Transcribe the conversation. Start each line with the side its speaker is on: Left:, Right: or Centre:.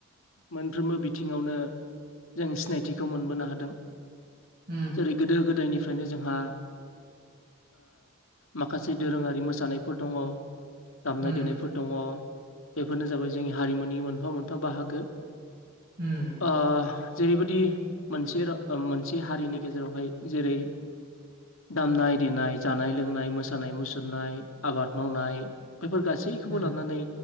Left: मोनफ्रोमबो बिथिङावनो जों सिनायथिखौ मोनबोनो हादों
Right: उम
Left: जेरै गोदो गोदायनि निफ्रायनो जोंहा माखासे दोरोङारि मोसानायफोर दङ। दामनाय
Right: उम
Left: देनायफोर दङ बेफोरनो जाबाय जोंनि हारिमुनि मोनफा मोनफा बाहागो
Right: उम
Left: अ जेरैबायदि मोनसे मोनसे हारिनि गेजेरावहाय जेरै दामनाय देनाय जानाय लोंनाय मोसानाय मुसुरनाय आबाद मावनाय बेफोर गासैखौबो
Right: उम
Left: लानानै